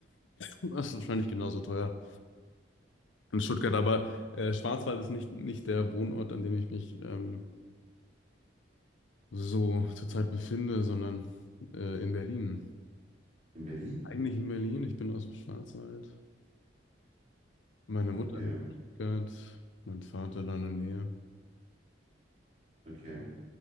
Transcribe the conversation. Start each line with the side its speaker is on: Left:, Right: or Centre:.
Left: Das ist wahrscheinlich genauso teuer. in Stuttgart, aber äh, Schwarzwald ist nicht, nicht der Wohnort, an dem ich mich ähm, so zurzeit befinde, sondern äh, in Berlin.
Right: In Berlin?
Left: Eigentlich in Berlin, ich bin aus dem Schwarzwald. Meine Mutter
Right: Okay,
Left: lebt in Stuttgart, mein Vater da in der Nähe.
Right: okay.